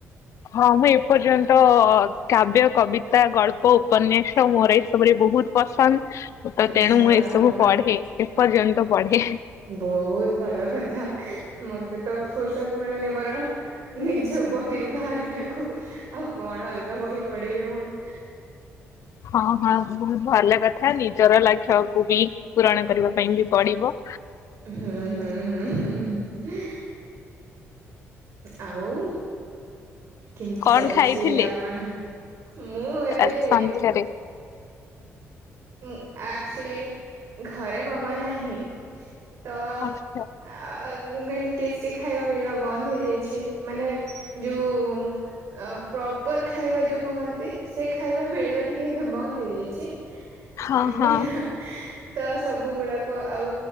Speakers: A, on the left; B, on the right.
A: ହଁ ମୁଁ ଏପର୍ଯ୍ୟନ୍ତ କାବ୍ୟ, କବିତା, ଗଳ୍ପ, ଉପନ୍ୟାସ ମୋର ଏସବୁରେ ବହୁତ ପସନ୍ଦ ତ
B: ଆଚ୍ଛା
A: ତେଣୁ ମୁଁ ଏସବୁ ପଢେ ଏପର୍ଯ୍ୟନ୍ତ ପଢେ।
B: ବହୁତ ଭଲ କଥା ମତେ ତ ଫୁର୍ସତ ମିଳୁନି ମୋର ନିଜ ବହିରୁ ବାହାରିବାକୁ ଆଉ କଣ ଅଲଗା ବହି ପଢିବି ମୁଁ। <inaudible>
A: ହଁ ହଁ ବହୁତ ଭଲ କଥା ଥା ନିଜର ଲାକ୍ଷ୍ୟକୁୁ ବି ପୂରଣ କରିବା ପାଇଁ ବି ପଡିବ।
B: ହୁଁ ହୁଁ ହୁଁ ହୁଁହୁଁହୁଁ। ଆଉ କେମିତି
A: କଣ
B: ଚାଲିଛି
A: ଖାଇଥିଲେ
B: ଆପଣ ମୁଁ ଏବେ
A: ଆଜି ସନ୍ଧ୍ୟାରେ?
B: ଉଁ ଆକ୍ଚୁଆଲି ଘରେ ମାମା ନାହିଁ। ତ
A: ଆଛା
B: ଆ ମାନେ ଟେଷ୍ଟି ଖାଇବା ମିଳିବା ବନ୍ଦ ହେଇଯାଇଛି ମାନେ ଯୋଉ ଅଁ ପ୍ରପର ଖାଇବା ଯୋଉ କୁହନ୍ତି ସେ ଖାଇବା ମିଳିବା ଟିକେ ଏବେ ବନ୍ଦ ହେଇଯାଇଛି।
A: ହଁ
B: ଆଜ୍ଞା
A: ହଁ
B: ତ ସବୁ ଗୁଡାକ ଆଉ